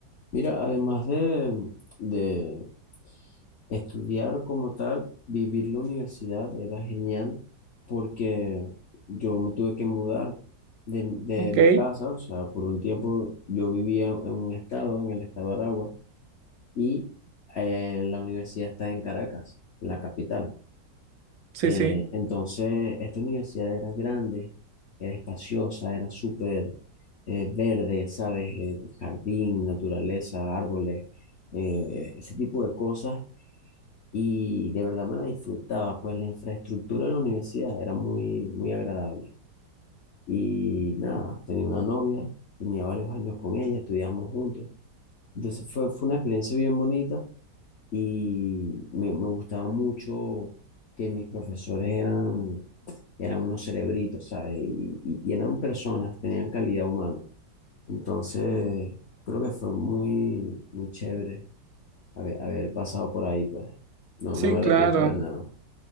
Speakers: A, on the left; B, on the right.
A: Mira, además de, de, Estudiar como tal, vivir la universidad era genial porque yo me tuve que mudar de, de
B: Ok,
A: mi casa, o sea, por un tiempo yo vivía en un estado, en el estado de Aragua, y eh, la universidad está en Caracas, la capital.
B: sí,
A: Eh,
B: sí,
A: entonces, esta universidad era grande, era espaciosa, era súper eh, verde, ¿sabes? Eh, jardín, naturaleza, árboles, eh, ese tipo de cosas y de verdad me la disfrutaba, pues la infraestructura de la universidad era muy, muy agradable. Y nada, tenía una novia, tenía varios años con ella, estudiamos juntos. Entonces fue, fue una experiencia bien bonita y me, me gustaba mucho que mis profesores eran, eran unos cerebritos, ¿sabes? Y, y- y eran personas, tenían calidad humana. Entonces creo que fue muy, muy chévere haber, haber pasado por ahí, pues. No,
B: sí,
A: no me arrepiento
B: claro.
A: de nada.